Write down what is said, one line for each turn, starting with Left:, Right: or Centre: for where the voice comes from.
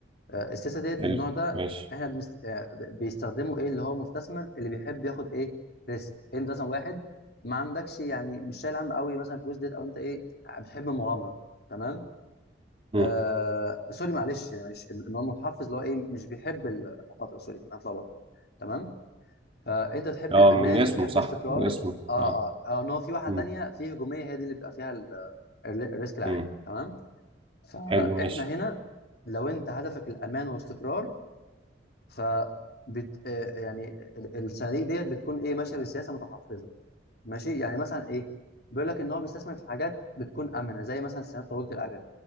Left: آه، السياسه ديت
Right: حلو
Left: النوع ده
Right: ماشي
Left: احنا بنست... آه، بيستخدمه ايه اللي هو مستثمر اللي بيحب ياخد ايه ريسك انت مثلا واحد ما عندكش يعني مش شايل هم قوي مثلا الفلوس ديت او انت ايه بتحب المغامره تمام
Right: مم.
Left: آه سوري معلش يعني معلش ان هو المتحفظ اللي هو ايه مش بيحب المخاطره سوري انا اتلخبطت تمام فانت تحب
Right: اه
Left: الامان
Right: من اسمه
Left: وتحب
Right: صح
Left: استقرار
Right: من اسمه
Left: اه
Right: اه
Left: اه اه ان هو في واحده
Right: مم.
Left: تانيه في هجوميه هي دي اللي بيبقى فيها ال- الريسك العالي
Right: مم.
Left: تمام فاحنا
Right: حلو ماشي
Left: هنا لو انت هدفك الامان والاستقرار ف بت... آه، يعني ال- الصناديق ديت بتكون ايه ماشيه بسياسه متحفظه ماشي يعني مثلا ايه بيقول لك ان هو بيستثمر في حاجات بتكون امنه زي مثلا السندات طويله الاجل